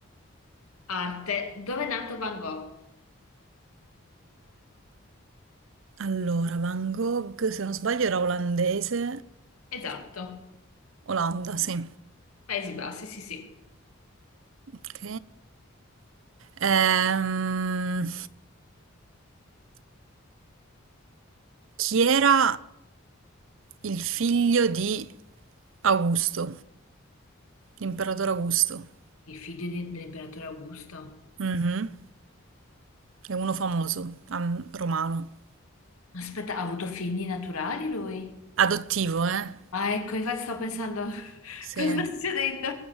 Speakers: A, on the left (about 85°); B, on the right (about 65°).
A: arte. Dove è nato Van Gogh?
B: Allora, Van Gogh, se non sbaglio era olandese.
A: Esatto.
B: Olanda, sì.
A: Paesi Bassi, sì, sì.
B: Ok. Ehm, chi era il figlio di Augusto, l'imperatore Augusto?
A: Il figlio di- dell'imperatore Augusto.
B: Mhm, È uno famoso, am- romano.
A: Aspetta, ha avuto figli naturali lui?
B: Adottivo, eh?
A: Ah, ecco, infatti stavo pensando <laughs>
B: Sì.
A: cosa sta succedendo.